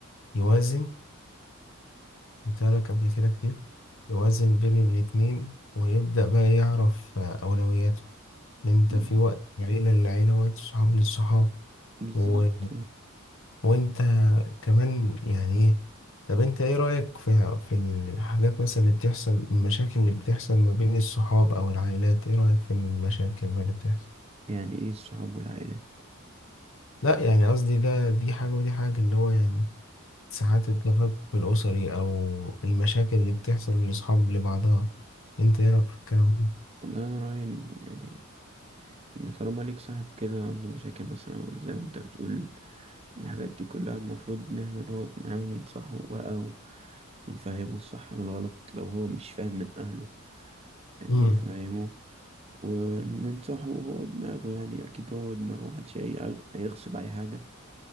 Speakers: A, on the left (about 65°); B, on the right (about 30°).
A: يوازن ترك قبل كده كتير يوازن بين الاتنين ويبدأ بقى يعرف آه، أولوياته لأن أنت
B: ما-
A: في وقت العيلة للعيلة وقت صحاب للصحاب
B: بالظبط
A: و... وأنت كمان يعني إيه طب أنت إيه رأيك في في الحاجات مثلا اللي بتحصل المشاكل اللي بتحصل ما بين الصحاب أو العائلات إيه رأيك في المشاكل اللي بتحصل؟
B: يعني ايه الصحاب والعائلات
A: لا يعني قصدي ده دي حاجة ودي حاجة اللي هو يعني ساعات التفكك الأسري أو المشاكل اللي بتحصل لأصحاب لبعضها أنت إيه رأيك في الكلام ده؟
B: والله أنا رأيي إن يعني إن طالما ليك صاحب كده عنده مشاكل مثلا أو زي ما انت بتقول الحاجات دي كلها المفروض إن احنا نقعد معاه وننصحه بقى و... ونفهمه الصح من الغلط لو هو مش فاهم من أهله يعني
A: امم
B: نفهمه وننصحه هو دماغه يعني اكيد هو دماغه محدش هي- هيغصب عليه حاجه